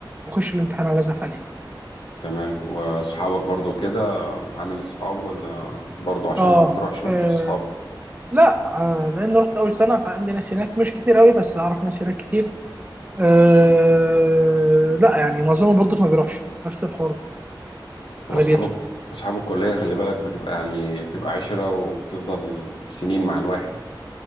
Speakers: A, on the right; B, on the left.
A: واخش الامتحان على هذا الحال يعني
B: تمام واصحابك برضو كده عامل اصحاب ولا برضو عشان
A: اه
B: ما بتروحش ما
A: آه.
B: فيش اصحاب
A: لا آه، لان رحت اول سنه فعندي ناس هناك مش كتير قوي بس اعرف ناس هناك كتير أه
B: مم.
A: لا يعني معظمهم برضه ما بيروحش نفس الحوار ده
B: هو
A: اغلبيته
B: اصحابك اصحاب الكلية خلي بالك بتبقى يعني بتبقى عشرة وبتفضل سنين مع الواحد